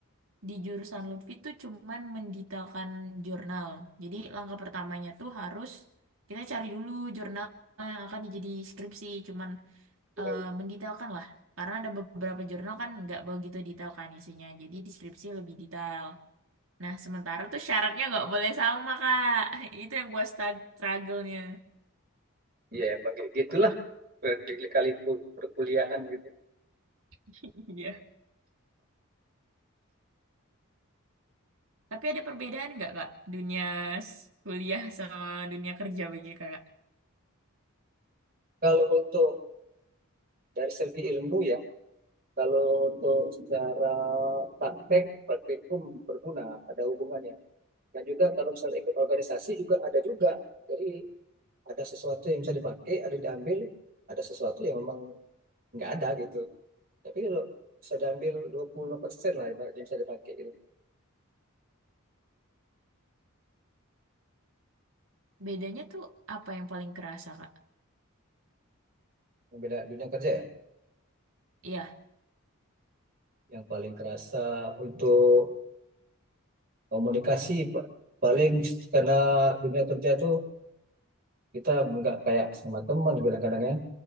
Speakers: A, on the right (about 65°); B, on the right (about 45°).
A: di jurusan Lutfi tuh cuman mendetailkan jurnal. Jadi langkah pertamanya tuh harus kita cari dulu jurnal yang akan jadi skripsi, cuman
B: Ya,
A: eh, mendetailkan lah. Karena ada beberapa jurnal kan nggak begitu detail kan isinya, jadi di skripsi lebih detail. Nah, sementara tuh syaratnya nggak boleh sama, Kak. <laughs> Itu yang gua strug- struggle-nya.
B: ya emang kayak gitulah kali perkuliahan gitu.
A: <laughs> Iya. Tapi ada perbedaan nggak, Kak? Dunia s- kuliah sama dunia kerja bagi Kakak?
B: Kalau untuk dari segi ilmu ya, kalau untuk secara praktek, praktikum berguna, ada hubungannya. Dan juga kalau misalnya ikut organisasi juga ada juga. Jadi ada sesuatu yang bisa dipakai, ada yang diambil, ada sesuatu yang memang nggak ada gitu. Tapi kalau bisa diambil 20% lah yang bisa dipakai gitu.
A: Bedanya tuh apa yang paling kerasa, Kak?
B: beda dunia kerja ya.
A: Iya.
B: Yang paling kerasa untuk komunikasi paling karena dunia kerja tuh kita nggak kayak sama teman kadang-kadang ya.